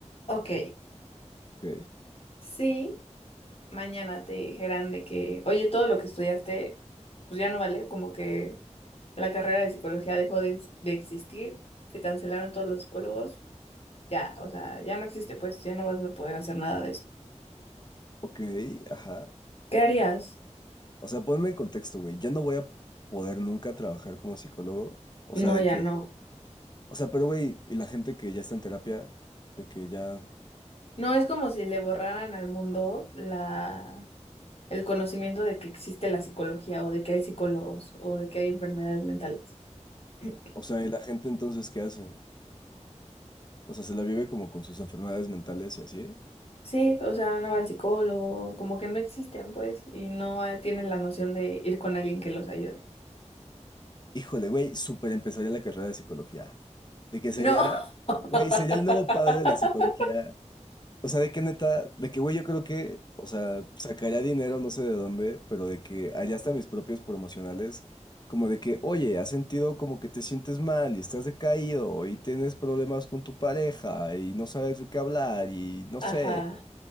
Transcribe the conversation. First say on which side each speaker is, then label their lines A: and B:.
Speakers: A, on the left; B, on the left.
A: Ok,
B: Ok,
A: sí, mañana te dijeran de que, oye, todo lo que estudiaste, pues ya no vale, como que la carrera de psicología dejó de, de existir, se cancelaron todos los psicólogos, ya, o sea, ya no existe, pues ya no vas a poder hacer nada de eso.
B: ok, ajá.
A: ¿Qué harías?
B: O sea, ponme en contexto, güey. Yo no voy a poder nunca trabajar como psicólogo. O
A: No,
B: sea, de
A: ya
B: que,
A: no.
B: o sea, pero güey, y la gente que ya está en terapia, de que ya,
A: No es como si le borraran al mundo la, el conocimiento de que existe la psicología o de que hay psicólogos o de que hay enfermedades mentales. <clears throat>
B: o sea, y la gente entonces, ¿qué hace? O sea, se la vive como con sus enfermedades mentales y así.
A: Sí, o sea, no va al psicólogo, como que no existen, pues, y no eh, tienen la noción de ir con alguien que los ayude.
B: Híjole, güey, súper empezaría la carrera de psicología. De que sería,
A: No. <laughs>
B: güey, sería el nuevo padre de la psicología. O sea, de qué neta, de que, güey, yo creo que, o sea, sacaría dinero, no sé de dónde, pero de que allá hasta mis propios promocionales, como de que, oye, has sentido como que te sientes mal y estás decaído y tienes problemas con tu pareja y no sabes de qué hablar y no
A: Ajá,
B: sé.